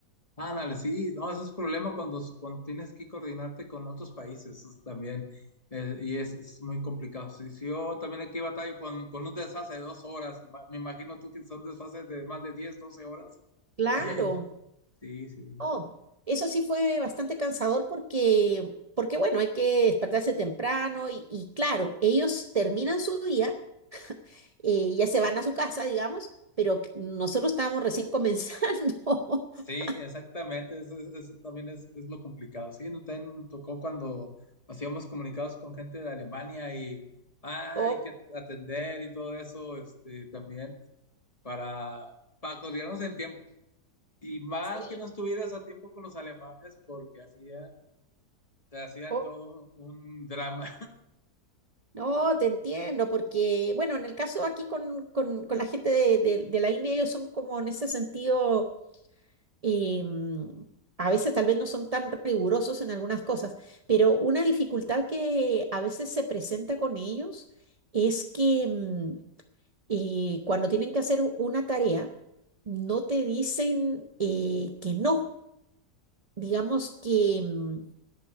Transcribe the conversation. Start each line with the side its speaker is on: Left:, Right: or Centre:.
Left: Ándale, sí, no, ese es problema cuando, cuando tienes que coordinarte con otros países eso es también, eh, y es, es muy complicado. Sí, sí, yo también aquí batallo con, con un desfase de dos horas, y ma- me imagino tú que son desfases de más de 10, 12 horas.
Right: Claro.
Left: <laughs> Sí, sí.
Right: Oh, eso sí fue bastante cansador porque, porque bueno, hay que despertarse temprano y, y claro, ellos terminan su día, eh, ya se van a su casa, digamos, pero c- nosotros estábamos recién comenzando.
Left: Sí,
Right: <laughs>
Left: exactamente, eso, es- eso también es, es lo complicado. Sí, no también me tocó cuando hacíamos comunicados con gente de Alemania y ah,
Right: Oh,
Left: hay que atender y todo eso, este, también para, para coordinarnos en tiempos. Y mal
Right: sí,
Left: que no estuvieras a tiempo con los alemanes porque hacían, te hacían
Right: oh,
Left: todo un, un drama.
Right: No, te entiendo, porque, bueno, en el caso aquí con, con- con la gente de, de de la India, ellos son como en ese sentido eh, a veces tal vez no son tan rigurosos en algunas cosas, pero una dificultad que a veces se presenta con ellos es que mm, eh, cuando tienen que hacer una tarea, no te dicen eh, que no. Digamos que mm,